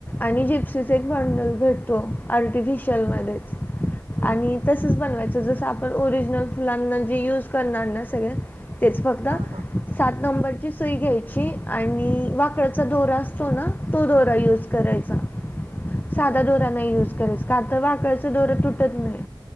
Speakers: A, on the left; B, on the right.
A: आणि जिप्सच एक बांडल भेटतो आर र्टिफिशल मध्येच
B: हा हम्म
A: आणि तसच बनवायच जस जस आपण ओरिजिनल फुलांना जे यूज करणार ना सगळे तेच फक्त
B: हा हा
A: सात नंबरची सुई घ्यायची आणि वाकळचा दोरा आसतो ना तो दोरा यूज करायचा
B: हा
A: साधा दोरा नाही यूज करायचा का तर वाकळचं दोरा तुटत नाही